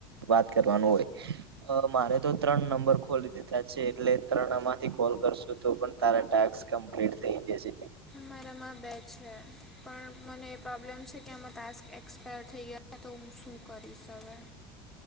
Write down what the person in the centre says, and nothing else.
મારામાં બે છે પણ મને એ પ્રોબ્લેમ છે કે આમાં ટાસ્ક એક્સપાયર થઈ ગયા તો હ શું કરીસ હવે?